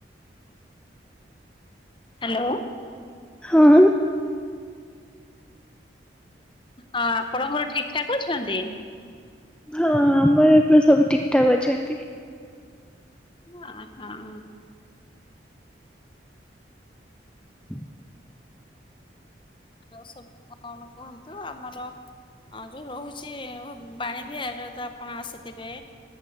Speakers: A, on the left; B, in the centre.
A: ହାଲୋ।
B: ହଁ।
A: ହଁ ଆପଣଙ୍କର ଠିକ ଠାକ୍ ଅଛନ୍ତି?
B: ହଁ ଆମର ଏପଟେ ସବୁ ଠିକଠାକ୍ ଅଛନ୍ତି।
A: ଆ ହଁ।
B: <inaudible>
A: ଆଉ ସବୁ କଣ କୁହନ୍ତୁ ଆମର ହଁ ଯୋଉ ରହୁଚି ଓ ବାଣୀ ବିହାର ତ ଆପଣ ଆସିଥିବେ।